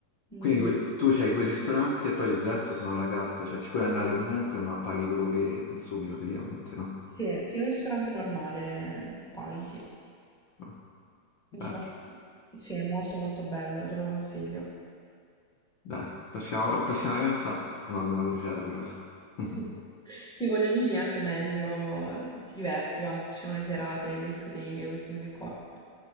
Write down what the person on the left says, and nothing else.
Quindi que- tu c'hai quel ristorante e poi il resto sono la carta, cioè ci puoi andare comunque, ma paghi quello che consumi praticamente, no?
Ah,
Bello.
Dai, prossima, vol- prossima vacanza prenoto una crociera allora. <laughs>